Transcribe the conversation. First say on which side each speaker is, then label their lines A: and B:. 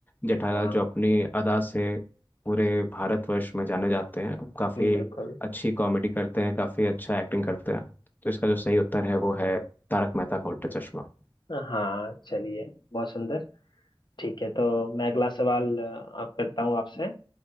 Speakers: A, on the left (about 20°); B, on the left (about 60°).
A: जेठालाल
B: हाँ
A: जो अपनी अदा से पूरे भारतवर्ष में जाने जाते हैं काफ़ी
B: बिल्कुल
A: अच्छी कॉमेडी करते हैं काफ़ी अच्छा एक्टिंग करते हैं तो इसका जो सही उत्तर है वो है तारक मेहता का उल्टा चश्मा
B: हाँ चलिए बहुत सुंदर ठीक है तो मैं अगला सवाल अ, आप करता हूँ आपसे